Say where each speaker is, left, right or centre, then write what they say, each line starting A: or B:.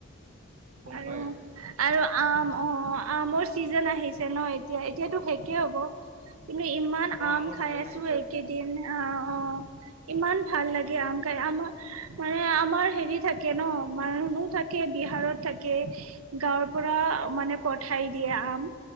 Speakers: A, on the right; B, on the right.
A: আৰু
B: পাই আছো
A: আৰু আম অ আমৰ চিজন আহিছে ন এতিয়া এতিয়াতো শেষেই হ'ব কিন্তু ইমান
B: অ
A: আম
B: আমৰ
A: খাই
B: চিজন
A: আছো
B: আহিছে
A: একেদিন অ অ ইমান ভাল লাগে আম খাই আমৰ মানে আমৰ হেৰি থাকে ন মানুহ মানুহ থাকে বিহাৰত থাকে গাঁৱৰ পৰা মানে পঠাই দিয়ে আম